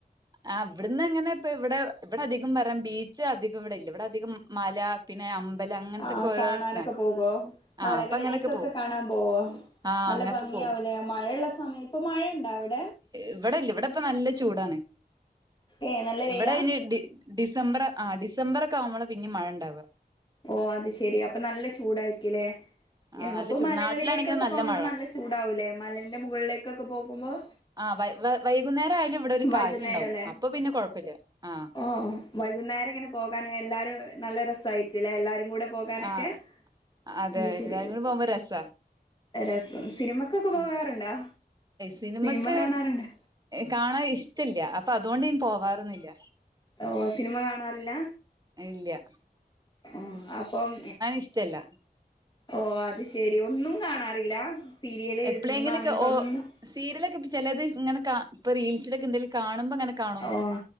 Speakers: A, on the right; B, on the left.
A: ആ ഇവിടന്ന് എങ്ങനെ ഇപ്പ ഇവിടെ ഇവിടെ അധികം വരാ ബീച്ച് അധികം ഇവിടെ ഇല്ല ഇവിടെ അധികം മല പിന്നെ അമ്പലം അങ്ങനത്തൊക്കെ
B: ആ
A: ഓരോ
B: കാണാനൊക്കെ
A: സ്ഥലാണ്
B: പോകോ മലകളിലേക്കൊക്കെ
A: ആഹ് അപ്പൊ അങ്ങനൊക്കെ പോവും
B: കാണാൻ പോവോ
A: ആഹ്
B: നല്ല
A: അങ്ങപ്പൊ
B: ഭംഗി
A: പോവും
B: ആവൂലേ മഴയുള്ള സമയം ഇപ്പ മഴയുണ്ടവിടെ
A: ഇവിടില്ല ഇവിടെ ഇപ്പ നല്ല ചൂടാണ്
B: ഏ നല്ല വെയിലാ
A: ഇവിടെ ഇ- ഡിസംബർ ആ ഡിസംബർ ഒക്കെ ആവുമ്പോൾ പിന്നെ മഴ ഉണ്ടാവുക
B: ഓ അത് ശെരി അപ്പൊ നല്ല ചൂടായിരിക്കല്ലേ
A: ആഹ് നല്ല
B: അപ്പൊ
A: ചൂട്
B: മലകളിലേക്കൊക്കെ
A: നാട്ടിലാണെങ്കിൽ
B: പോകുമ്പോ
A: മഴ
B: നല്ല ചൂടാവൂലേ മലന്റെ മുകളിലേക്കൊക്കെ പോകുമ്പോൾ
A: ആ വ വൈകുന്നേരം ആയാലും ഇവിടെ ഒരു
B: വൈകുന്നേരല്ലേ
A: കാറ്റുണ്ടാവും അപ്പൊ പിന്നെ കൊഴപ്പില്ല ആ
B: ഓ വൈകുന്നേരം ഇങ്ങനെ പോകാനും എല്ലാരും നല്ല രസായിരിക്കുംല്ലേ എല്ലാരും കൂടെ പോകാനൊക്കെ
A: ആഹ് അതെ
B: അത് ശരി
A: എല്ലാരും കൂടി പോകുമ്പോ രസാ
B: രസം സിനിമക്കൊക്കെ
A: ഉം
B: പോകാറുണ്ടോ
A: സിനിമക്ക്
B: സിനിമ കാണാറുണ്ട്
A: കാണാൻ ഇഷ്ടമില്ല അപ്പൊ അതുകൊണ്ട് ഇനി പോവാറൊന്നില്ല
B: ഓ സിനിമ കാണാറില്ല
A: ഇല്ല്യ
B: ആ അപ്പം
A: ഇഷ്ടല്ല
B: ഓ അത് ശരി ഒന്നും കാണാറില്ല സീരിയല്
A: എപ്പളെങ്കിലൊക്കെ
B: സിനിമ അങ്ങനത്തെ
A: ഓ
B: ഒന്നും
A: സീരിയലൊക്കെ ചിലത് ഇങ്ങനെ ഇപ്പൊ റീൽസിലൊക്കെ എന്തെലും കാണുമ്പോ അങ്ങനെ കാണും
B: ഓ